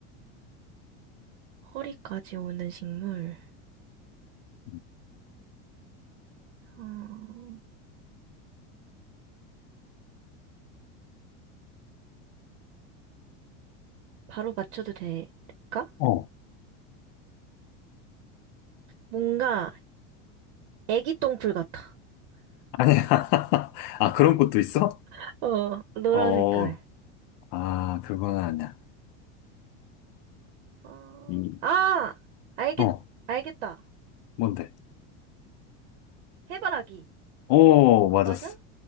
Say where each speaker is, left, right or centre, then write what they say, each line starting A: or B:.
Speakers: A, on the right (about 85°); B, on the left (about 55°).
A: 허리까지 오는 식물,
B: 응.
A: 어, 바로 맞춰도 될까?
B: 어,
A: 뭔가 애기 똥풀 같아.
B: 아니야. <laughs> 아, 그런 것도 있어?
A: <laughs> 어, 노란
B: 어,
A: 색깔.
B: 아, 그건 아니야.
A: 아,
B: 이,
A: 아! 알겠,
B: 어,
A: 알겠다.
B: 뭔데?
A: 해바라기.
B: 오, 맞았어.
A: 맞아?